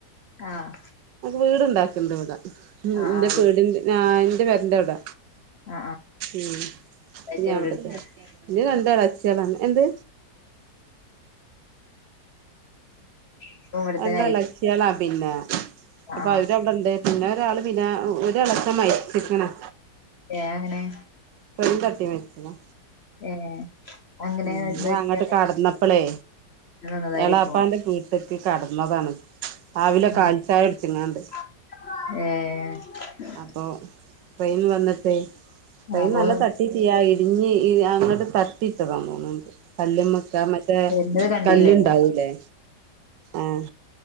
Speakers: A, on the left; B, on the right.
A: ആഹ്
B: വീടുണ്ടാക്ക ഉമ്
A: ആഹ്
B: ഇന്റെ
A: ആഹ്
B: വീടി ആഹ് ഇന്റെ പേരന്റെ അവിട
A: ആഹ് ആഹ്
B: ഉമ്
A: റ്റ
B: ഞാൻവിടത്തെ
A: ഇവിടെ എടുക്ക
B: ഇജി രണ്ട്
A: ആഹ്
B: എളച്ചയാളന്ന എന്ത്
A: ഇപ്പൊ ഇവിടെത്തന്നെ
B: രണ്ടെളച്യാളാ
A: ആയിരിക്കും
B: പിന്നെ അപ്പൊ
A: ആഹ്
B: അവര് അവിടെണ്ട്. പിന്നെ ഒരാള് പിന്നെ ഒരളെച്ചൻ മര്ച്ച്ക്ക്ണ്.
A: ഏഹ് എങ്ങനെ?
B: ട്രെയിൻ തട്ടി മര്ച്ചതാ.
A: ഏഹ് അങ്ങനെ
B: ഉം
A: എന്ത്
B: ഓൻ
A: പറ്റി
B: അങ്ങട്ട്
A: അങ്ങനെ
B: കട്ന്നപ്പളേ
A: നിന്നതായിരിക്കും
B: എളാപ്പാന്റെ <unintelligible> കട്ന്നതാണ്. രാവിലെ കാൽചായട്ച്ച്ങ്ങാണ്ട്.
A: ആഹ് ഏഹ്.
B: അപ്പൊ ട്രെയിൻ വന്നിട്ടേ ട്രെയിൻ
A: അപ്പൊ
B: നല്ല തട്ടിട്ട്യ ഇടിഞ്ഞ് അങ്ങട്ട് തട്ടി ട്ടതാ തോന്ന്ണ്ട്. കല്ല്മ്മക്ക് ആ മറ്റേ
A: വരുന്നത് കണ്ടീല്ലേ
B: കല്ല് ഇണ്ടാവൂലേ ആഹ്.